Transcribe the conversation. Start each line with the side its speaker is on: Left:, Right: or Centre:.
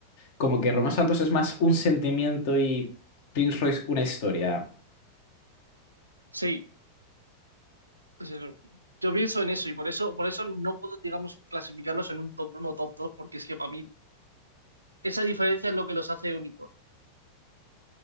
Left: como que Romeo Santos es más un sentimiento y Prince Royce una historia.
Right: Sí, Pues eso. Yo pienso en eso y por eso, por eso no puedo, digamos, clasificarlos en un top uno o top 2 porque es que para mí esa diferencia es lo que los hace únicos.